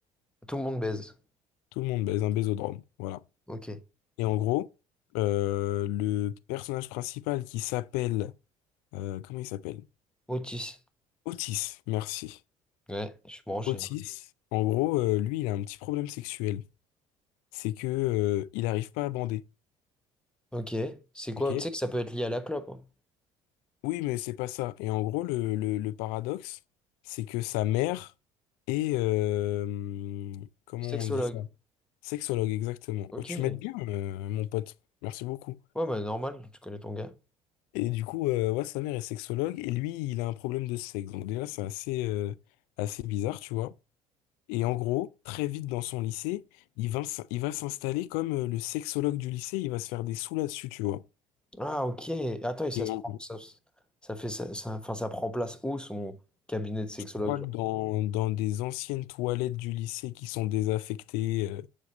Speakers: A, in the centre; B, on the left (about 65°).
A: Tout le monde baise.
B: Tout le monde baise un baisodrome, voilà.
A: Ok.
B: Et en gros, euh, le personnage principal qui s'appelle... euh, comment il s'appelle?
A: Otis.
B: Otis, merci.
A: Ouais, je suis branché.
B: Otis, en gros, euh, lui, il a un petit problème sexuel. C'est que, euh, il n'arrive pas à bander.
A: Ok, c'est quoi?
B: Ok?
A: Tu sais que ça peut être lié à la clope, hein.
B: Oui, mais c'est pas ça. Et en gros, le, le- le paradoxe, c'est que sa mère est... euh, comment
A: Sexologue.
B: on dit ça? Sexologue, exactement.
A: Ok.
B: Oh, tu
A: Ouais,
B: m'aides bien, euh, mon pote. Merci beaucoup.
A: bah normal, tu connais ton gars.
B: Et du coup, euh, ouais, sa mère est sexologue et lui, il a un problème de sexe. Donc déjà, c'est assez, euh, assez bizarre, tu vois. Et en gros, très vite dans son lycée, il va, s- il va s'installer comme euh, le sexologue du lycée, il va se faire des sous là-dessus, tu vois.
A: Ah, ok. Attends, et ça
B: Et
A: se
B: en
A: prend.
B: gros,
A: Ça, ça fait ça, ça- enfin, ça prend place où son cabinet de sexologue,
B: je crois
A: genre?
B: que dans, dans des anciennes toilettes du lycée qui sont désaffectées, euh,